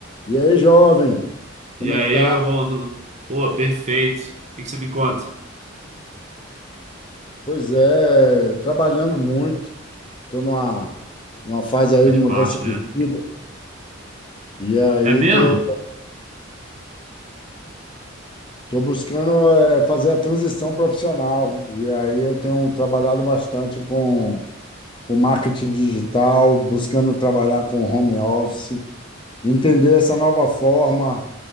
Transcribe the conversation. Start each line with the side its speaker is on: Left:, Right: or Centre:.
Left: E aí, jovem, como
Right: E aí,
Left: é que tá?
Right: meu bom, tudo? Pô, perfeito. O que que você me conta?
Left: Pois é, trabalhando muito, tô numa, numa fase aí
Right: Faz
Left: de mudança
Right: parte,
Left: de
Right: né?
Left: vida, e aí
Right: É mesmo?
Left: tô, tô buscando eh, fazer a transição profissional, e aí eu tenho trabalhado bastante com, com marketing digital, buscando trabalhar com home office, entender essa nova forma